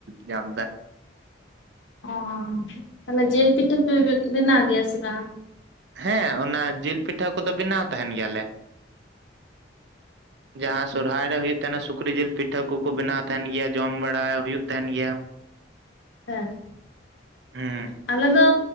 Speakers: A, on the right (about 65°); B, on the left (about 75°).
A: ᱧᱟᱢ ᱮᱫᱟ
B: ᱚ ᱛᱟᱦᱞᱮ ᱡᱮᱞ ᱯᱤᱴᱷᱟᱹ ᱵᱮᱱᱟᱣ ᱜᱮᱭᱟ ᱥᱮ ᱵᱟᱝ
A: ᱦᱮᱸ ᱚᱱᱟ ᱡᱤᱞ ᱯᱤᱴᱷᱟᱹ ᱠᱚᱫᱚ ᱵᱮᱱᱟᱣ ᱛᱟᱦᱮᱱ ᱜᱮᱭᱟ ᱞᱮ ᱡᱟᱸᱦᱟ ᱥᱚᱨᱦᱟᱭ ᱨᱮ ᱦᱩᱭᱩᱜ <unintelligible> ᱥᱩᱠᱨᱤ ᱡᱤᱞ ᱯᱤᱴᱷᱟᱹ ᱠᱚᱠᱚ ᱵᱮᱱᱟᱣ ᱛᱟᱦᱮᱱ ᱜᱮᱭᱟ ᱡᱚᱢ ᱵᱟᱲᱟ ᱦᱩᱭᱩᱜ ᱛᱟᱦᱮᱱ ᱜᱮᱭᱟ
B: ᱦᱮᱸ
A: ᱦᱩᱸ
B: ᱟᱞᱮ ᱫᱚ